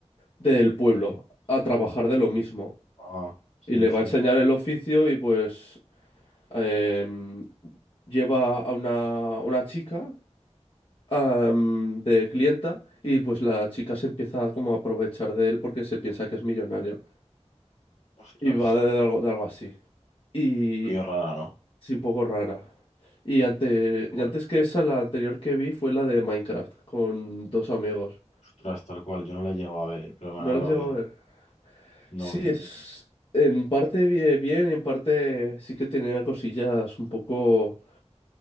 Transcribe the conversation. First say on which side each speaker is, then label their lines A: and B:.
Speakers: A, on the left; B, on the left.
A: del pueblo
B: Sí.
A: a trabajar de lo mismo
B: Ah, sí,
A: y le va
B: sí.
A: a enseñar el oficio y pues em, lleva a una, una chica am, de clienta y pues la chica se empieza como a aprovechar de él porque se piensa que es millonario
B: Ostras.
A: y va de, algo, de algo así y
B: Qué rara, ¿no?
A: es un poco rara. Y, ante, y
B: Joder.
A: antes que esa, la anterior que vi fue la de Minecraft con dos amigos.
B: Ostras, tal cual. Yo no la he llegado a ver, eh, pero me
A: ¿No
B: han hablado
A: la has llegado
B: bien.
A: a ver?
B: No,
A: Sí,
B: tío.
A: es en parte bi- bien y en parte sí que tenía cosillas un poco